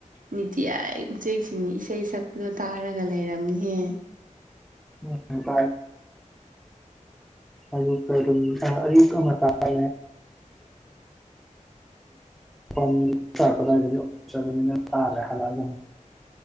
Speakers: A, on the right (about 85°); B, in the centre.
A: ꯅꯤꯇꯤꯌꯥꯏ ꯎꯆꯦꯛꯁꯤꯡꯅꯤ ꯏꯁꯩ ꯁꯛꯄꯗꯣ ꯇꯥꯔꯒ ꯂꯩꯔꯝꯅꯤ ꯍꯦ
B: ꯎꯝꯔ ꯑꯌꯨꯛꯇ ꯑꯗꯨꯝ ꯑꯌꯨꯛꯛꯇ ꯑꯃ ꯇꯥ ꯑ ꯎꯝ ꯄꯗꯤꯤꯁꯅꯤꯅ ꯇꯥꯔꯦ ꯍꯂꯛꯑꯒꯨ